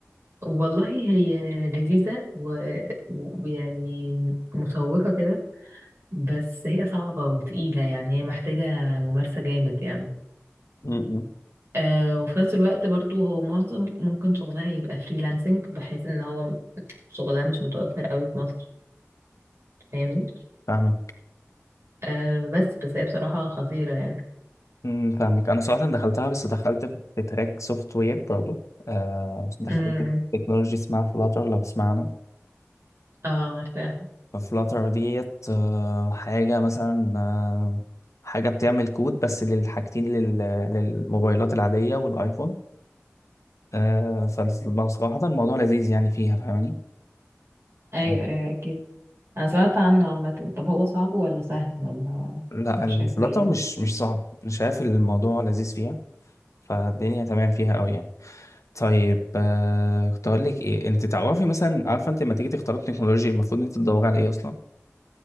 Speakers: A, on the right; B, on the left.
A: والله هي لذيذة و- ويعني مشوقة كده بس هي صعبة وتقيلة يعني هي محتاجة ممارسة جامد يعني
B: امم
A: آه وفي نفس الوقت برضو هو معظم ممكن شغلها يبقى فريلانسنج بحيث ان هو شغلها مش متوفر قوي في مصر فاهمني
B: فاهمك
A: آه بس بس هي بصراحة خطيرة يعني
B: امم فاهمك انا صراحه دخلتها بس دخلت في تراك سوفت وير برضو آه دخلت
A: امم
B: في تكنولوجي اسمها فلاتر لو تسمعنا
A: اه عارفاها
B: ففلاتر ديت آه، حاجة مثلا آه، حاجة بتعمل كود بس للحاجتين لل- للموبايلات العادية والآيفون آه، فبصراحة الموضوع لذيذ يعني فيها فاهماني
A: ايوه
B: آه،
A: ايوه اكيد انا سمعت عنه عامة طب هو صعب ولا سهل ولا
B: لا
A: انت
B: الفلاتر
A: شايفه ايه يعني؟
B: مش مش صعب أنا شايف الموضوع لذيذ فيها فالدنيا تمام فيها أوي يعني طيب آه، كنت أقول لك إيه أنت تعرفي مثلا عارفة أنت لما تيجي تختاري التكنولوجيا المفروض أنت تدوري على إيه أصلا